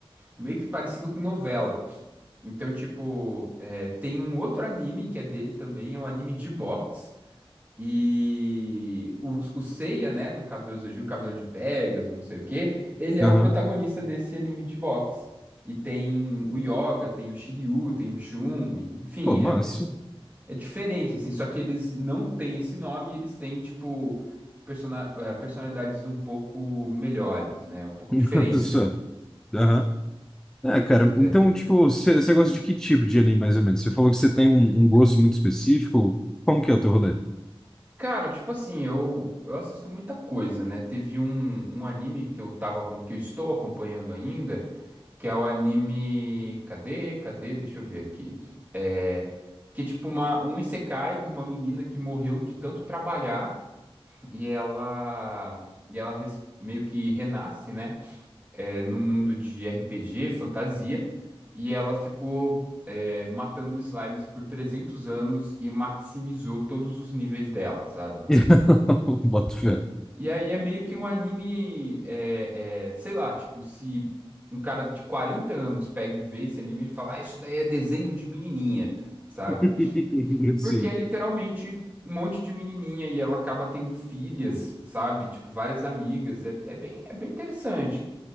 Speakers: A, on the right; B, in the centre.
A: meio que parecido com novela. Então, tipo, é, tem um outro anime que é dele também, é um anime de boxe, E o, o Seiya, né, do Cavaleiro do Zodíaco, Cavaleiro de Pegasus, não sei o quê, ele é
B: aham.
A: o protagonista desse anime de boxe. E tem o Yoga, tem o Shiryu, tem o Shun, e, enfim,
B: Pô, massa.
A: é, é, é diferente, assim, só que eles não têm esse nome, e eles têm, tipo, persona- eh, personalidades um pouco melhores, né, um pouco
B: <laughs>
A: diferentes,
B: Só.
A: quer dizer.
B: Aham. É, cara, então,
A: É.
B: tipo, você você gosta de que tipo de anime, mais ou menos? Você falou que você tem um, um gosto muito específico. Como que é o teu rolê?
A: Cara, tipo assim, eu, eu assisto muita coisa, né? Teve um, um anime que eu tava com, que eu estou acompanhando ainda, Que é o anime. Cadê? Cadê? Deixa eu ver aqui. É. Que é tipo uma, um isekai de uma menina que morreu de tanto trabalhar e ela. E ela res- meio que renasce, né? É, num mundo de RPG, fantasia. E ela ficou. é, matando slimes por 300 anos e maximizou todos os níveis dela, sabe?
B: <laughs> Boto fé.
A: E aí é meio que um anime, é, é, sei lá, tipo, se um cara de 40 anos pega e vê esse anime, ele fala, ah, isso daí é desenho de menininha, sabe?
B: <laughs> Sim.
A: Porque é literalmente um monte de menininha e ela acaba tendo filhas, sabe? Tipo, várias amigas, é, é bem, é bem interessante,